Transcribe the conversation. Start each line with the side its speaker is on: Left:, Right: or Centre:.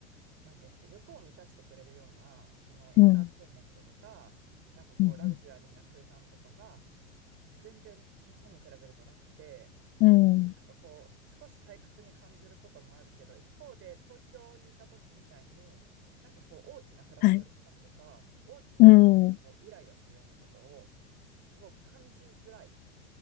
Right: なんていうんですか、欲を満たしてくれるような、そのエンターテインメントとか、
Left: うん。
Right: なんかこう、
Left: うん。
Right: ラグジュアリーな空間とかが、全然日本に比べるとなくて、
Left: うん。うん
Right: なんかこう、少し退屈に感じることもあるけど、一方で東京にいた時みたいに、なんかこう、大きなフラストレーションとか、
Left: はい。
Right: 大きなこうイライラするようなことを、
Left: うん。
Right: すごく感じづらい